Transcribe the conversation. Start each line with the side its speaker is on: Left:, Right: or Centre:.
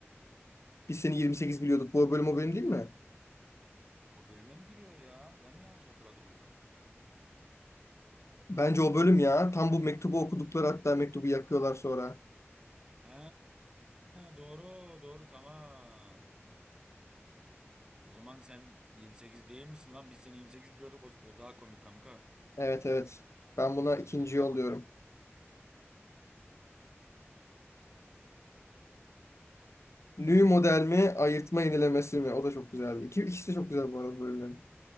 Left: Biz seni 28 biliyorduk. Bu bölüm o bölüm değil mi?
Right: O bölüme mi giriyor ya? Ben mi yanlış hatırladım o zaman?
Left: Bence o bölüm ya. Tam bu mektubu okudukları hatta mektubu yakıyorlar sonra.
Right: He, doğru doğru tamam. O zaman sen 28 değil misin lan? Biz seni 28 biliyorduk. O, o daha komik kanka.
Left: Evet evet. Ben buna
Right: Bence
Left: ikinci
Right: de o daha
Left: yolluyorum.
Right: komik.
Left: New model mi, ayırtma yenilemesi mi? O da çok güzeldi. İki, ikisi de çok güzel bu arada bölümlerin.